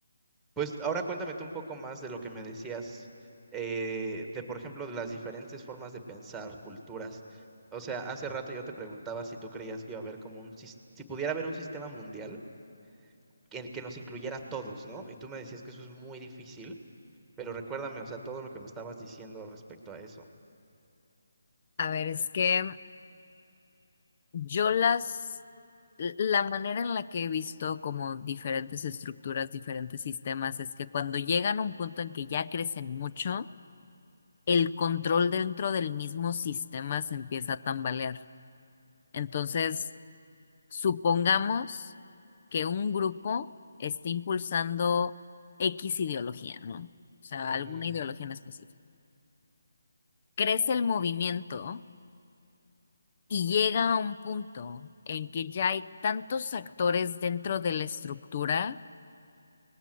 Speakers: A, in the centre; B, on the left (about 40°).
A: pues ahora cuéntame tú un poco más de lo que me decías, eh, de por ejemplo, de las diferentes formas de pensar, culturas. O sea, hace rato yo te preguntaba si tú creías que iba a haber como un, sis- si pudiera haber un sistema mundial que, que nos incluyera a todos, ¿no? Y tú me decías que eso es muy difícil Pero recuérdame, o sea, todo lo que me estabas diciendo respecto a eso.
B: A ver, es que Yo las, la manera en la que he visto como diferentes estructuras, diferentes sistemas, es que cuando llegan a un punto en que ya crecen mucho, el control dentro del mismo sistema se empieza a tambalear. Entonces, supongamos que un grupo esté impulsando X ideología, ¿no? O sea,
A: Ujú,
B: alguna ideología en específico. Crece el movimiento Y llega a un punto en que ya hay tantos actores dentro de la estructura